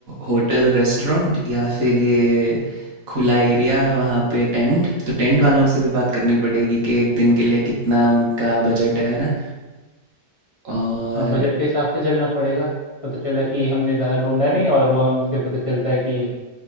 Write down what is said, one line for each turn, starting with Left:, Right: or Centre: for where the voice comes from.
Right: होटल रेस्टोरेंट या फिर ये खुला एरिया वहाँ पे टेंट तो टेंट वालों से भी बात करनी पड़ेगी कि एक दिन के लिए कितना उनका बजट है ना और
Left: हाँ बजट के हिसाब से चलना पड़ेगा पता चला कि हमने ज़्यादा ढूंढा नहीं और वो हमसे पता चलता है कि